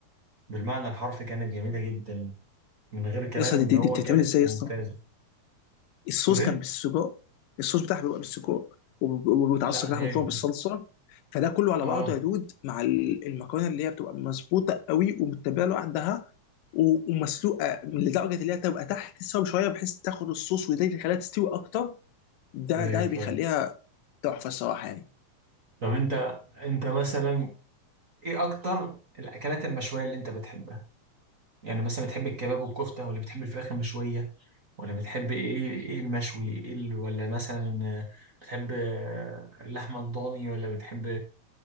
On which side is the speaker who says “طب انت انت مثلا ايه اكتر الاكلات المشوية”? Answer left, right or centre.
Right